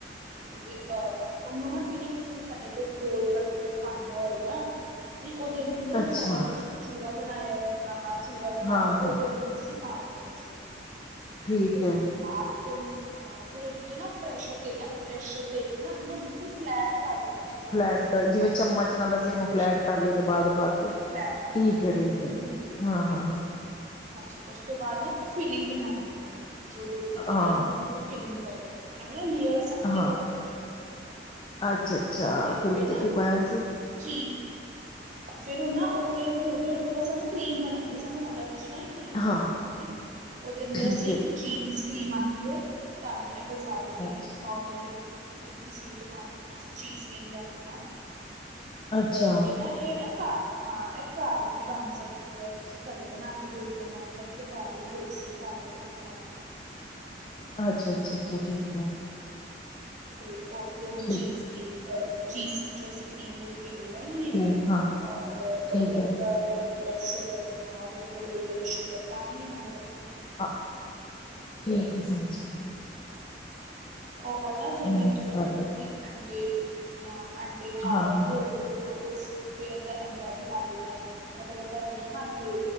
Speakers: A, on the right; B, on the left.
A: ਤੇ ਅਹ ਉਹਨੂੰ ਨਾ ਫਿਰ ਇੱਕ ਸਾਡੇ ਕੋਲ ਗੋਲਡ ਕਲਰ ਦਾ ਇੱਕ ਭਾਂਡਾ ਹੋਏਗਾ ਤੇ ਉਹਦੇ ਅੰਦਰ ਉਹ
B: ਅੱਛਾ
A: ਸਾਰਾ ਜੋ ਚੂਰਾ ਬ <inaudible> ਬਣਾਇਆ ਆ ਹਾਂ ਚੂਰਾ ਬਣਾਇਆ
B: ਹਾਂ
A: ਉਹਦੇ
B: ਹਾਂ
A: ਅੰਦਰ ਅਸੀਂ ਪਾ <inaudible>
B: ਠੀਕ
A: ਉਸ
B: ਹੈ
A: ਤੋਂ ਬਾਅਦ ਉਹਨੂੰ ਹਾਂ ਫਿਰ ਉਹਦੇ ਉੱਤੇ ਨਾ ਪ੍ਰੈਸ਼ਰ ਦੇਣਾ ਪ੍ਰੈਸ਼ਰ ਦੇ ਕੇ ਨਾ ਆਪਾ ਬਿਲਕੁਲ ਫਲੈਟ ਕਰ ਲੈਣਾ ਜਿੰਨਾ
B: ਫਲੈਟ
A: ਵੀ ਅਸੀਂ ਚੂਰਾ
B: ਜਿਵੇਂ ਚਮਚ
A: ਤੋਂ ਬਣਾਇਆ
B: ਨਾਲ ਅਸੀਂ
A: ਪ੍ਰੈਸ਼ਰ
B: ਉਹਨੂੰ ਫਲੈਟ
A: ਬਣਾ
B: ਕਰ ਲਈਏ
A: ਸੀ
B: ਦਬਾ ਦਬਾ ਕੇ
A: ਫਲੈਟ ਕਰ
B: ਠੀਕ ਹੈ ਠੀਕ ਹੈ
A: ਹੂੰ
B: ਹਾਂ-ਹਾਂ
A: ਹਾਂਜੀ ਉਸ ਤੋਂ ਬਾਅਦ ਨਾ ਫੀਲਿੰਗ ਬਣਾਣੀ ਹੈਗੀ ਜੋ ਦੇ ਉਤੇ
B: ਹਾਂ
A: ਅੰਦਰ ਫਿਲਿੰਗ ਪਾਈ ਕਿ ਐਮ ਲੇਅਰ
B: ਹਾਂ
A: ਕੇ ਬਣਦਾ ਹੈ
B: ਅੱਛਾ
A: ਹਾਂ
B: ਅੱਛਾ
A: ਤੇ ਫਿਰ
B: ਉੱਤੇ
A: ਨਾ
B: ਕੀ ਪਾਇਆ ਸੀ
A: ਚੀ ਫੇਰ ਉਹ ਨਾ ਉੱਥੇ ਫਿਰ ਹੋ ਗ ਬਸ ਸਾਨੂੰ ਕਰੀਮ ਬਣਾਉਣੀ ਸਾਨੂੰ ਅਲੱਗ ਨਾ ਇੱਕ ਕਰੀਮ ਬਣਾ
B: ਹਾਂ
A: ਲੈਂਣੀ ਹੈ ਉਹਦੇ ਅੰਦਰ
B: ਠੀਕ
A: ਅਸੀਂ
B: ਹੈ
A: ਇੱਕ ਚੀਜ਼ ਕਰੀਮ ਆਂਦੀ ਹੈ। ਧਾਨੂੰ ਐ ਬਜ਼ਾਰੋ ਦੀ
B: ਅੱਛਾ
A: ਨੋਰਮਲੀ ਕਿਸੇ ਵੀ ਦੁਕਾਨ ਤੇ, ਤੁਸੀਂ ਚੀਜ਼ ਵੀ ਨ ਲੈ ਲੈਣਾ
B: ਅੱਛਾ
A: ਅ <unintelligible> ਤੇ ਨਾ ਇਹ ਨਾ ਕ ਹਾਂ ਐਹ ਘਰ ਵੀ ਬਣ ਸਕਦੀ ਐ ਤੁਸੀਂ ਘਰੇ ਬਣਾ ਕੇ ਦੇਖ ਲੈਣਾ ਮੈਂ ਤੇ ਬਾਰ ਫਮੈਂ <unintelligible> ਕਦੇ ਬਣਾ
B: ਅੱਛਾ-ਅੱਛਾ ਅੱਛਾ ਠੀਕ ਹੈ!
A: ਤੇ ਉਹ <unintelligible>
B: ਠੀਕ
A: ਚੀਜ਼ ਕੀ ਅ ਚੀਜ਼ ਜੋਸੀ ਕਰੀਮ ਲ ਤੇ ਉਹ ਲੈਣੀ ਹੈ
B: ਕਰੀਮ ਹਾਂ
A: ਔਰ ਉਹਦੇ
B: ਠੀਕ ਹੈ
A: ਅੰਦਰ ਅ ਸ਼ੂਗਰ ਹਾਂ ਉਹਦੇ ਅੰਦਰ ਓਹੀਓ ਵਾਲੀ ਸ਼ੂਗਰ ਪਾਣੀ ਹੈ ਮਲਬ
B: ਹਾਂ ਠੀਕ ਹੈ ਸਮਝ ਗਈ
A: ਔਰ ਨਾ ਜਿਵੇਂ
B: ਮਿਕਸ
A: ਅਗਰ
B: ਕਰ ਲਓ
A: ਤੁਸੀਂ ਅੰਡੇ ਹਾਂ ਅੰਡੇ ਖ਼ਾ
B: ਹਾਂ
A: ਲੈਂਦੇ
B: ਹਾਂ
A: ਤੇ ਉਸ ਤੇ ਅੱਧਾ ਅੰਡਾ ਵੀ ਪਾ ਦੇਣਾ ਐ ਅਗਰ ਅੰਡਾ ਨਹੀਂ ਖਾਂਦੇ